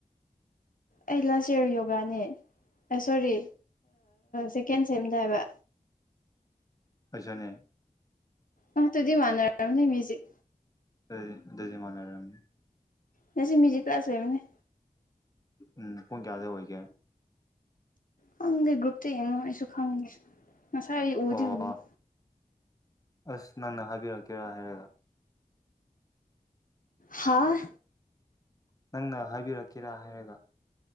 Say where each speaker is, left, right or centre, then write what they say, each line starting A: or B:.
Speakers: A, on the left; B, on the left.
A: ꯑꯩ ꯂꯧꯁꯦ ꯌꯣꯒꯥꯅꯦ ꯑ ꯁꯣꯔꯤ ꯁꯦꯀꯦꯟ ꯁꯦꯝꯗ ꯍꯥꯏꯕ
B: ꯑꯩꯩꯁꯨꯅꯦ
A: ꯑ ꯑꯗꯨꯗꯤ ꯃꯥꯟꯅꯔꯝꯅꯤ ꯃꯨꯏꯖꯤꯛ
B: ꯑꯗꯨ ꯑꯗꯨꯗꯤ ꯃꯥꯅꯔꯝꯅꯤ
A: ꯉꯁꯤ ꯃꯨꯏꯖꯤꯛ ꯀꯂꯥꯁ ꯂꯩꯕꯅꯦ
B: ꯎꯝ ꯄꯨꯡ ꯀꯌꯥꯗ ꯑꯣꯏꯒꯦ
A: ꯈꯪꯗꯦ ꯒ꯭ꯔꯨꯞꯇ ꯌꯦꯡꯉꯣ ꯑꯩꯁꯨ ꯈꯪꯗꯦ ꯉꯁꯥꯏ ꯑꯩ ꯎꯗꯤ
B: ꯑꯣ
A: ꯎꯕꯅꯤ
B: ꯑꯁ ꯅꯪꯅ ꯍꯥꯏꯕꯤꯔꯛꯀꯦꯔꯥ ꯍꯥꯏꯔꯒ
A: ꯍꯥꯥ
B: ꯅꯪꯅ ꯍꯥꯏꯕꯤꯔꯛꯀꯦꯔꯥ ꯍꯥꯏꯔꯒ